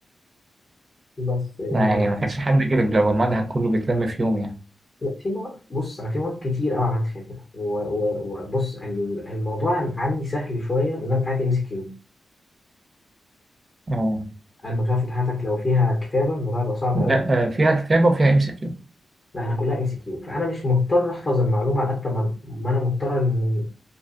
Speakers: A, on the left; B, on the right.
A: بس يعني
B: يعني ما كانش حد كده لو المنهج كله بيتلم في يوم يعني
A: لا، في مواد بص انا في مواد كتير قوي عملت فيها كده و- و- وبص ال- الموضوع عندي سهل شويه ان انا بتاعتي ام سي كيو
B: اه
A: انا مش عارف امتحاناتك لو فيها كتابه الموضوع هيبقى صعب
B: لا
A: قوي
B: آه، فيها كتابه وفيها ام سي كيو
A: لا انا كلها ام سي كيو فانا مش مضطر احفظ المعلومه على قد ما ما انا مضطر ان